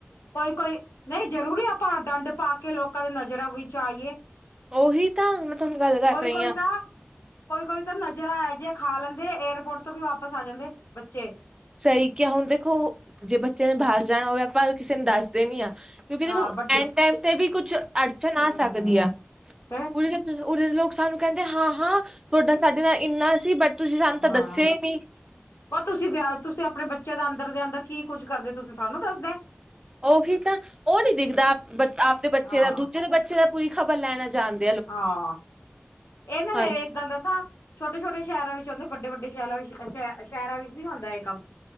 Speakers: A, on the left; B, on the right.
A: ਕੋਈ ਕੋਈ ਨਹੀਂ ਜਰੂਰੀ ਆਪਾਂ ਦੰਡ ਪਾ ਕੇ ਲੋਕ ਲੋਕਾਂ ਦੇ ਨਜ਼ਰਾਂ ਵਿੱਚ ਆਈਏ
B: ਉਹੀ ਤਾਂ ਮੈਂ ਤੁਹਾਨੂੰ ਗੱਲ ਕਰ
A: ਕੋਈ
B: ਰਹੀ
A: ਕੋਈ
B: ਹਾਂ।
A: ਤਾਂ ਕੋਈ ਕੋਈ ਤਾਂ ਨਜ਼ਰ ਜਿਹਾ ਖਾ ਲੈਂਦੇ ਏਅਰਪੋਰਟ ਤੋਂ ਵੀ ਵਾਪਸ ਆ ਜਾਂਦੇ ਬੱਚੇ
B: ਸਹੀ ਕਿਹਾ ਹੁਣ ਦੇਖੋ ਜੇ ਬੱਚਿਆਂ ਨੇ ਬਾਹਰ ਜਾਣਾ ਹੋਵੇ ਆਪਾਂ ਕਿਸੇ ਨੂੰ ਦੱਸਦੇ ਨੀ ਆ ਕਿਉਂਕਿ ਦੇਖੋ
A: ਹਾਂ ਵੱਡੇ
B: ਐਂਡ ਟਾਈਮ ਤੇ ਵੀ ਕੁਛ ਅੜਚਨ ਆ
A: ਹਮ
B: ਸਕਦੀ ਆ
A: ਫੇਰ
B: ਪੂਰੀ ਦਿ ਉਰੇ ਦੇ ਲੋਕ ਸਾਨੂੰ ਕਹਿੰਦੇ ਹਾਂ ਹਾਂ ਤੁਹਾਡਾ ਸਾਡੇ ਨਾਲ ਇੰਨਾ ਸੀ ਬਟ ਤੁਸੀਂ ਸਾਨੂੰ ਤਾਂ ਦੱਸਿਆ
A: ਹਾਂ
B: ਹੀ ਨਹੀਂ
A: ਪਰ ਤੁਸੀਂ ਵਿ ਤੁਸੀਂ ਆਪਣੇ ਬੱਚਿਆਂ ਦੇ ਅੰਦਰ ਦੇ ਅੰਦਰ ਕੀ ਕੁੱਝ ਕਰਦੇ ਤੁਸੀਂ ਸਾਨੂੰ ਦੱਸਦੇ
B: ਉਹੀ ਤਾਂ ਉਹ ਨੀ ਦਿਖਦਾ ਆਪਦੇ ਬੱਚੇ
A: ਹਾਂ
B: ਦਾ ਦੂਜੇ ਦੇ ਬੱਚੇ ਦਾ ਪੂਰੀ ਖ਼ਬਰ ਲੈਣਾ ਜਾਣਦਾ
A: ਹਾਂ ਇਹ ਨਾ
B: ਹਾਂਜੀ
A: ਮੈਂ ਇੱਕ ਗੱਲ ਦੱਸਾਂ ਛੋਟੇ ਛੋਟੇ ਸ਼ਹਿਰਾਂ ਵਿੱਚ ਆਉਂਦੇ ਵੱਡੇ ਵੱਡੇ ਸ਼ਹਿਰਾਂ ਸ਼ ਸ਼ਹਿਰਾਂ ਵਿੱਚ ਨਹੀ ਹੁੰਦਾ ਇਹ ਕੰਮ